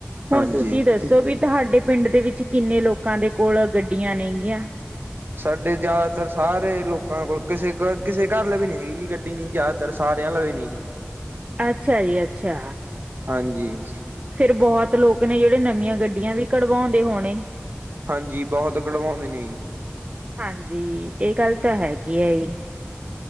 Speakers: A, on the right; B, on the right.
A: ਹਾਂਜੀ
B: ਹੁਨ ਤੁਸੀਂ ਦੱਸੋ
A: ਠੀਕ।
B: ਵੀ ਤੁਹਾਡੇ ਪਿੰਡ ਦੇ ਵਿੱਚ ਕਿੰਨੇ ਲੋਕਾਂ ਦੇ ਕੋਲ ਗੱਡੀਆਂ ਨੇਗੀਆਂ।
A: ਸਾਡੇ ਜਾਦਾਤਰ ਸਾਰੇ ਲੋਕਾਂ ਕੋਲ ਕਿਸੇ, ਕਿਸੇ ਘੱਰਲੇ ਵੀ ਨੀ ਹੈਗੀ ਜੀ ਗੱਡੀ ਨੀ ਜਾ ਤਰ ਸਾਰੇ ਆਲੋਂ ਵੀ ਨੀ ਜੀ।
B: ਅੱਛਾ ਜੀ, ਅੱਛਾ।
A: ਹਾਂਜੀ।
B: ਫੇਰ, ਬੋਤ ਲੋਕ ਨੇ ਜੇੜੇ ਨਵੀਆਂ ਗੱਡੀਆਂ ਵੀ ਕਢਵੋਂਦੇ ਹੋਣੇ
A: ਹਾਂਜੀ ਬਹੁਤ ਕਢਵਾਉਂਦੇ ਨੇ ਜੀ।
B: ਹਾਂਜੀ ਇਹ ਗੱਲ ਤਾਂ ਹੈਗੀ ਹੈ ਹੀ।